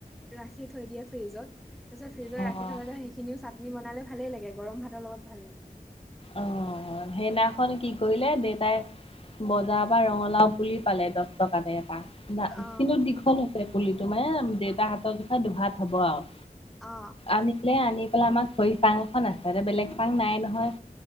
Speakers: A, in the centre; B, on the left (about 40°).
A: ৰাখি থৈ দিয়ে ফ্ৰিজত। ফ্ৰিজত
B: অ',
A: ৰাখি থলে সেইখিনিও চাটনি বনালে ভালেই লাগে গৰম ভাতৰ লগত ভাল লাগে।
B: অ', সেইদিনাখন কি কৰিলে দেতাই বজাৰ পৰা ৰঙালাও পুলি পালে দহ টকাতে এটা। মৱা
A: অ
B: কিন্তু দীঘল হৈছে পুলিটো মানে দেউতাৰ হাতৰ জোখাই দুহাত হ'ব আৰু।
A: অ অ
B: আনিছিলে আনি পেলাই আমাক খৰি চাং এখন আছে এটা বেলেগ চাং নাই নহয়।